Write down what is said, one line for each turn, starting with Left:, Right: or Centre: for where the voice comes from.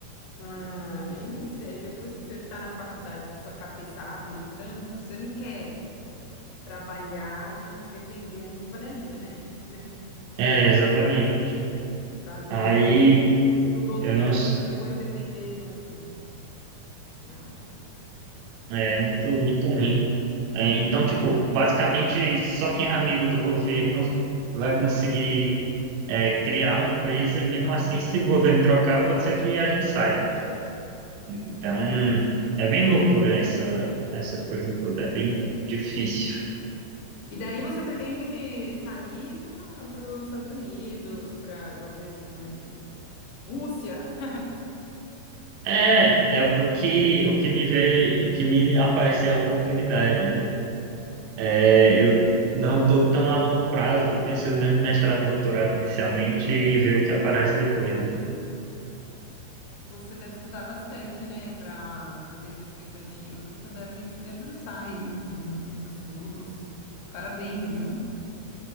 Left: Ah, e nem sei, aí depois que você está na faculdade, que sua cabeça abre tanto, você não quer trabalhar dependendo de panelinha, né?
Right: É, exatamente.
Left: Você está ali,
Right: Aí
Left: estudou
Right: eu
Left: tanto
Right: não,
Left: para depois depender de um Não, acho que não.
Right: É muito, muito ruim. É, Então, tipo, basicamente, só quem é amigo do governo <laughs> vai conseguir é, criar uma empresa e mesmo assim, se o governo trocar, pode ser que a gente saia. Então, é bem loucura essa, essa coisa toda, é bem difícil.
Left: E daí você pretende sair para os Estados Unidos, para talvez, né, que, que- Rússia. <laughs>
Right: É, é o que, o que me veio, o que me aparece é a oportunidade, né? É, eu não estou tão a longo prazo, estou pensando mesmo em mestrado, doutorado inicialmente e ver o que aparece depois.
Left: Você deve estudar bastante, né, para para ter essa expectativa. Você deve se debruçar aí no- nos estudos. Parabéns, viu?